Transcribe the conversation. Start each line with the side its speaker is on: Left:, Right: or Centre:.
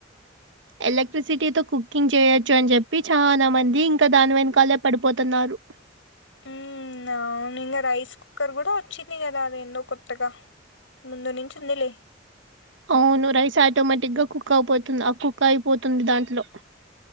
Right: ఎలక్ట్రిసిటీతో కుక్కింగ్ చేయొచ్చు అని చెప్పి చానా మంది ఇంకా దాని వెనకాలే పడిపోతున్నారు
Left: ఉ అవును ఇంగా రైస్ కుక్కర్ కూడా వచ్చింది కదా అదేందో కొత్ తగా ముందు నుంచి ఉందిలే
Right: అవును రైస్ ఆటోమేటిక్ గా కుక్ అవ్ పోతుంది ఆ కుక్ అయిపోతుంది దాంట్లో